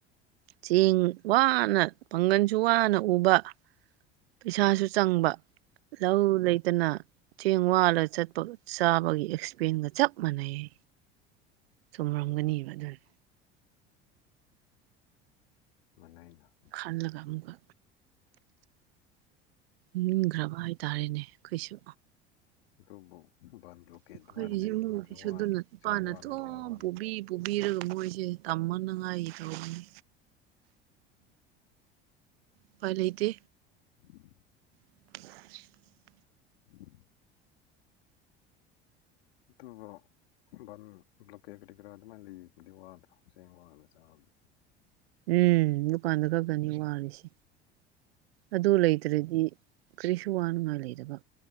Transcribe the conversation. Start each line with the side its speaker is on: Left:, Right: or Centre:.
Right: ꯆꯦꯡ ꯋꯥꯅ ꯄꯥꯡꯒꯟꯁꯨ ꯋꯥꯅ ꯎꯕ ꯄꯩꯁꯥꯁꯨ ꯆꯪꯕ ꯂꯧ ꯂꯩꯇꯅ ꯆꯦꯡ ꯋꯥꯜꯂ ꯆꯠꯄ ꯆꯥꯕꯒꯤ ꯑꯦꯛ ꯄꯦꯟꯒ ꯆꯞ ꯃꯥꯟꯅꯩꯌꯦ ꯆꯨꯝꯔꯝꯒꯅꯤꯕ ꯑꯗꯨꯅ
Left: ꯃꯥꯟꯅꯩꯅ
Right: ꯄꯜꯂꯒ ꯑꯃꯨꯛꯀ ꯅꯤꯡꯈ꯭ꯔꯕ ꯍꯥꯏꯇꯥꯔꯦꯅꯦ ꯑꯩꯈꯣꯏꯁꯨ
Left: ꯑꯗꯨꯕꯨ ꯕꯟ ꯕ꯭ꯂꯣꯀꯦꯠ
Right: ꯑꯩꯈꯣꯏꯒꯤꯁꯨ
Left: ꯑꯗꯨꯃꯥꯏꯅ ꯂꯩꯕ
Right: ꯏꯃꯨꯡꯒꯤꯁꯨ
Left: ꯑꯗꯩ ꯋꯥꯔꯦꯅ
Right: ꯑꯗꯨꯅ ꯏꯄꯥꯅ
Left: ꯆꯦꯡ ꯋꯥꯜꯂꯒ
Right: ꯑꯗꯨꯝ
Left: ꯆꯥꯕ ꯃꯤꯗꯤ
Right: ꯄꯨꯕꯤ ꯄꯨꯕꯤꯔꯒ ꯃꯣꯏꯁꯦ ꯇꯝꯕꯅꯉꯥꯏꯒꯤ ꯊꯕꯛꯅꯤ ꯎꯄꯥꯏ ꯂꯩꯇꯦ
Left: ꯎ <inaudible>
Right: <inaudible>
Left: <inaudible> ꯑꯗꯨꯕꯨ ꯕꯟ ꯕ꯭ꯂꯣꯀꯦꯠ ꯀꯔꯤ ꯀꯔꯥ ꯑꯗꯨꯃꯥꯏ ꯂꯩꯋꯦ ꯑꯗꯨꯏ ꯋꯥꯗꫭ ꯆꯦꯡ ꯋꯥꯜꯂꯒ ꯆꯥꯕꯗꯤ
Right: ꯎꯝ ꯑꯗꯨꯀꯥꯟꯗ ꯈꯛꯇꯅꯤ ꯋꯥꯔꯤꯁꯦ ꯑꯗꯨ ꯂꯩꯇ꯭ꯔꯗꯤ ꯀꯔꯤꯁꯨ ꯋꯥꯅꯤꯉꯥꯏ ꯂꯩꯗꯕ